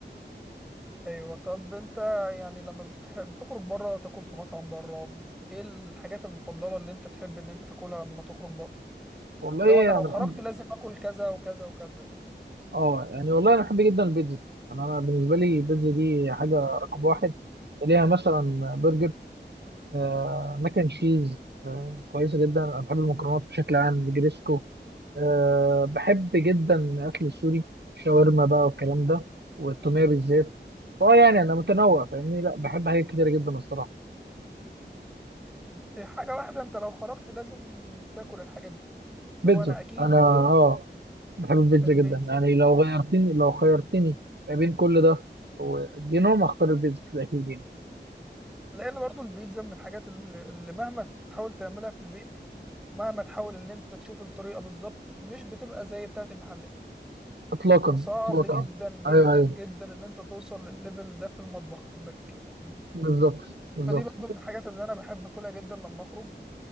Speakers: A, in the centre; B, on the right (about 65°).
A: ايوه طب انت يعني لما بتح- بتخرج بره تاكل في مطعم بره ايه الحاجات المفضله اللي انت تحب ان انت تاكلها لما تخرج بره
B: والله
A: لو انا لو
B: انا
A: خرجت
B: بحب
A: لازم اكل كذا وكذا وكذا
B: اه يعني والله انا بحب جدا البيتزا انا أنا بالنسبه لي البيتزا دي حاجه رقم واحد ليها مثلا برجر آه، ماك اند تشيز آه، كويسه جدا انا بحب المكرونات بشكل عام جريسكو آه، بحب جدا الاكل السوري شاورما بقى والكلام ده والتوميه بالذات اه يعني انا متنوع فاهمني لا بحب حاجات كتيره جدا الصراحه
A: في حاجه واحده انت لو خرجت لازم تاكل الحاجه دي لو
B: بيتزا
A: انا اكيد
B: انا اه بحب البيتزا
A: البيتزا
B: جدا يعني لو غيرتني لو خيرتني ما بين كل ده ودينهم هختار البيتزا في الاخير يعني
A: لان برضو البيتزا من الحاجات ال- اللي مهما تحاول تعملها في البيت مهما تحاول ان انت تشوف الطريقه بالظبط مش بتبقى زي بتاعه المحلات
B: اطلاقا
A: وصعب
B: اطلاقا
A: جدا جدا
B: ايوه ايوه
A: جدا ان انت توصل للليفل ده في المطبخ عندك في البيت
B: بالظبط بالظبط
A: فدي برضو من الحاجات اللي انا بحب اكلها جدا لما اخرج